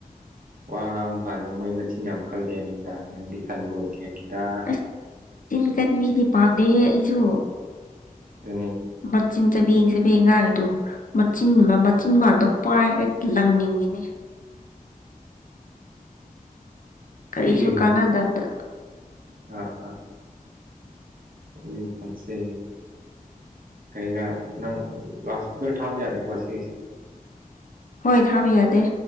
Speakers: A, on the right; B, on the left.
A: ꯋꯥ ꯉꯥꯡꯕ ꯀꯥꯟꯗ ꯃꯣꯏ ꯃꯆꯤꯟ ꯌꯥꯝ ꯀꯜꯂꯦ ꯅꯝꯗ ꯅꯪꯗꯤ ꯀꯟꯕ ꯑꯣꯏꯗꯦ ꯅꯝꯗ
B: ꯑꯁ ꯆꯤꯟ ꯀꯟꯕꯤꯗꯤ ꯄꯥꯝꯗꯦꯍꯦ ꯑꯩꯖꯨ
A: <unintelligible>
B: ꯃꯆꯤꯟ ꯆꯥꯕꯦꯡ ꯆꯕꯦꯡ ꯉꯥꯡꯉꯤꯗꯣ ꯃꯆꯤꯟ ꯃꯆꯤꯟꯕꯟꯗꯣ ꯄꯥꯏꯔ ꯂꯪꯅꯤꯡꯉꯤꯅꯦ ꯀꯔꯤꯁꯨ
A: ꯑꯩꯒꯤ
B: ꯀꯥꯟꯅꯗꯕꯗ
A: <unintelligible> ꯑꯥ ꯑꯥ ꯎꯝ ꯐꯝꯁꯦ ꯀꯩꯔꯥ ꯅꯪ ꯂꯥꯎꯠ ꯏꯁꯄꯤꯀꯔ ꯊꯥꯕ ꯌꯥꯗꯦꯀꯣ ꯁꯤꯁꯦ
B: ꯍꯣꯏ ꯊꯥꯕ ꯌꯥꯗꯦ